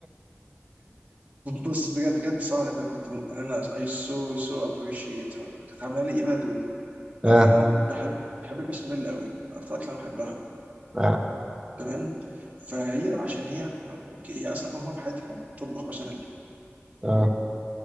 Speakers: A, on the right (about 30°); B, on the right (about 15°).
A: بص بجد بجد سهرة انا كنت م... انا I so so appreciate her كانت عامله لي ايه بقى يا دود
B: <laughs> اه
A: عارف ان انا بحب بحب البشاميل قوي اكتر اكله انا بحبها
B: اه
A: تمام فهي عشان هي اوكي هي اصلا اول مره في حياتها تطبخ بشاميل
B: اه